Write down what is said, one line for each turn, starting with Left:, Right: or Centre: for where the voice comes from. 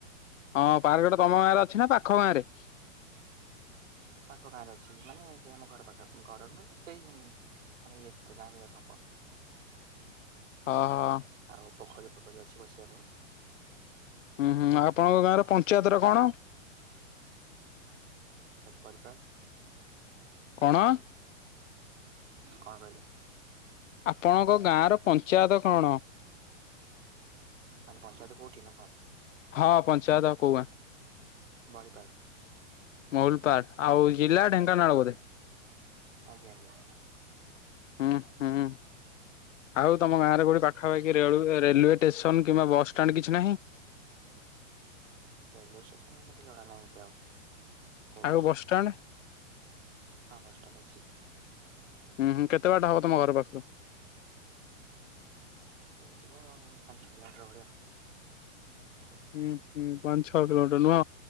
Left: ହଁ ପାର୍କ ସେଇଟା ତମ
Right: ଆଉ
Left: ଗାଁରେ ଅଛି ନା ପାଖ ଗାଁରେ?
Right: ପାଖ ଗାଁ ରେ ଅଛି ମାନେ ସେ ଆମ ଘର ପାଖ ଘରର ନୁହେଁ ତ ସେଇ ମାନେ ଇଏ ଗାଁର ହବ।
Left: ହଁ ହଁ।
Right: ଆଉ ପୋଖରୀ ପୋଖରୀ ଅଛି ବସିବା ପାଇଁ?
Left: ହୁଁ ହୁଁ ଆପଣଙ୍କ ଗାଁ ର ପଞ୍ଚାୟତଟା କଣ?
Right: ଭରିପାର।
Left: କଣ?
Right: କଣ କହିଲେ?
Left: ଆପଣଙ୍କ ଗାଁ ର ପଞ୍ଚାୟତ କଣ?
Right: ମାନେ ପଞ୍ଚାୟତ କୋ, ନା କଣ?
Left: ହଁ ପଞ୍ଚାୟତ ଆଉ କୋଉ ଗାଁ?
Right: ଭରିପାର।
Left: ମଉଲପାଟ ଆଉ ଜିଲ୍ଲା ଢେଙ୍କାନାଳ ବୋଧେ?
Right: ଆଜ୍ଞା ଆଜ୍ଞା
Left: ହୁଁ ହୁଁ ଆଉ ତମ ଗାଁ ରେ କୋଉଠି ପାଖାପାଖି ରେଳୁ ରେଲୱେ ଷ୍ଟେସନ କିମ୍ବା ବସଷ୍ଟାଣ୍ଡ କିଛି ନାହିଁ?
Right: ରେଲୱେ ଷ୍ଟେସନ୍ ମତେ ଜଣା ନାହିଁ ଏତେ ଆଉ। କୋଉଠି
Left: ଆଉ
Right: ଅଛି
Left: ବସଷ୍ଟାଣ୍ଡ?
Right: ହଁ ବସଷ୍ଟାଣ୍ଡ ଅଛି।
Left: ଉଁ ହୁଁ କେତେ ବାଟ ହବ ତମ ଘର ପାଖୁରୁ?
Right: ହ ହେଇଯିବ ପାଞ୍ଚ କିଲୋମିଟର ଭଳିଆ।
Left: ହୁଁ ହୁଁ ପାଞ୍ଚ ଛଅ କିିଲୋମିଟର ନୁହଁ।